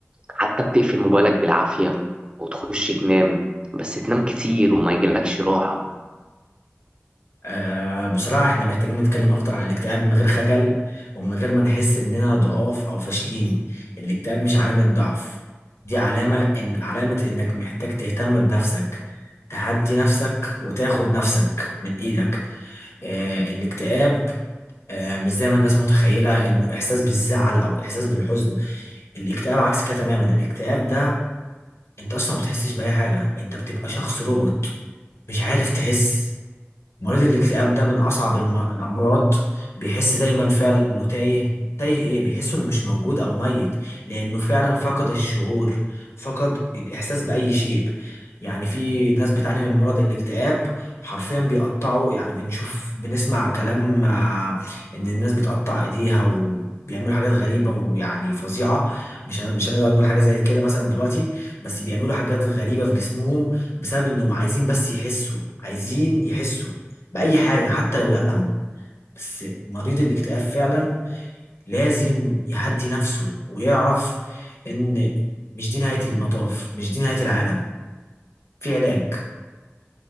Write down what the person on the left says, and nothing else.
آه بصراحة احنا محتاجين نتكلم أكتر عن الاكتئاب من غير خجل ومن غير ما نحس إننا ضعاف أو فاشلين الاكتئاب مش علامة ضعف دي علامة إن علامة إنك محتاج تهتم بنفسك تهدي نفسك وتاخد نفسك من إيدك آه الاكتئاب آه مش زي ما الناس متخيلة إنه إحساس بالزعل أو إحساس بالحزن الاكتئاب عكس كده تماما الاكتئاب ده انت اصلا ما بتحسش باي حاجه انت بتبقى شخص روبوت مش عارف تحس مريض الاكتئاب ده من أصعب الم- الأمراض بيحس دايما فعلا إنه تايه تايه إيه بيحس إنه مش موجود أو ميت لأنه فعلا فقد الشعور فقد الإحساس بأي شيء يعني في ناس بتعاني من مرض الاكتئاب حرفيا بيقطعوا يعني بنشوف بنسمع كلام آه، إن الناس بتقطع إيديها وبيعملوا حاجات غريبة ويعني فظيعة مش هن- مش هنقدر نقول حاجة زي كده مثلا دلوقتي بس بيعملوا حاجات غريبة في جسمهم بسبب إنهم عايزين بس يحسوا عايزين يحسوا بأي حاجة حتى لو الألم بس مريض الاكتئاب فعلا لازم يهدي نفسه ويعرف إن مش دي نهاية المطاف مش دي نهاية العالم في علاج